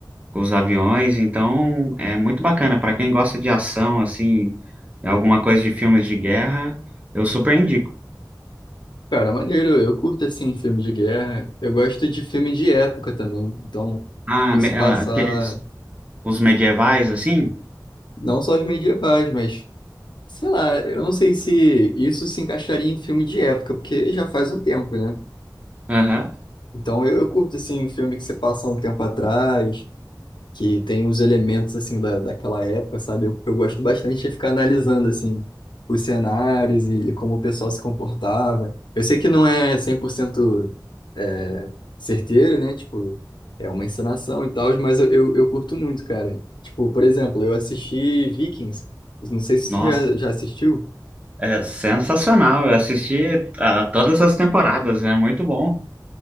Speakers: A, on the right; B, on the left.
A: com os aviões, então é muito bacana para quem gosta de ação assim, alguma coisa de filmes de guerra, eu super indico.
B: Cara, maneiro, eu curto assim filme de guerra. Eu gosto de filme de época também. Então,
A: Ah,
B: por
A: me-
B: se passar
A: ah, aqueles os medievais assim?
B: não só os medievais, mas sei lá, eu não sei se isso se encaixaria em filme de época, porque já faz um tempo, né?
A: Aham.
B: Então, eu, eu curto assim filme que se passa um tempo atrás, que tem os elementos assim da, daquela época, sabe? Eu, eu gosto bastante de ficar analisando assim os cenários e, e como o pessoal se comportava. Eu sei que não é 100% é, certeiro, né? Tipo, é uma encenação e tal, mas eu, eu, eu curto muito, cara. Tipo, por exemplo, eu assisti Vikings. Eu Não sei se
A: Nossa,
B: você já, já assistiu.
A: é sensacional. Eu assisti a todas as temporadas, é muito bom.